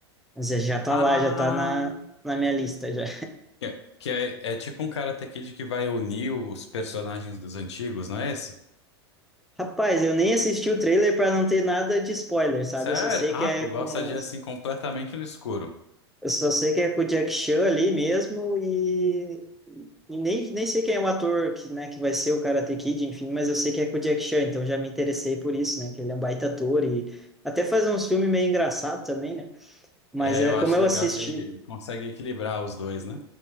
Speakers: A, in the centre; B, on the left.
A: Mas já já tá
B: Ah,
A: lá, já tá na, na minha lista já.
B: que é, que é é tipo um Karate Kid que vai unir os personagens dos antigos, não é esse?
A: <laughs> Rapaz, eu nem assisti o trailer pra não ter nada de spoiler, sabe?
B: Sério?
A: Eu só sei
B: Ah,
A: que é
B: tu gosta
A: com
B: de assim completamente no escuro.
A: Eu só sei que é com o Jack Chan ali mesmo e, e nem, nem sei quem é o ator que, né, que vai ser o Karate Kid, enfim, mas eu sei que é com o Jack Chan, então já me interessei por isso, né, que ele é um baita ator e até faz uns filmes meio engraçados também, né? Mas
B: É,
A: é
B: eu
A: como
B: acho
A: eu
B: legal
A: assisti.
B: que ele consegue equilibrar os dois, né?